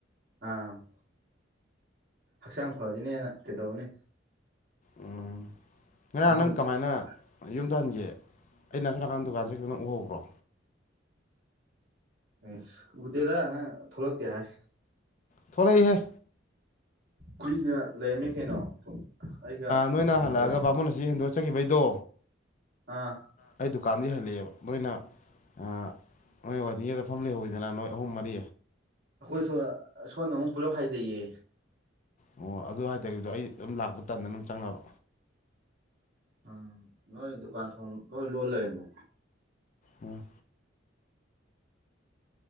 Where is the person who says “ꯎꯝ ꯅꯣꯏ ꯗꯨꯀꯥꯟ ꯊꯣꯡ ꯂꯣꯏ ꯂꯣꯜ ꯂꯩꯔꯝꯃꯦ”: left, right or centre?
Right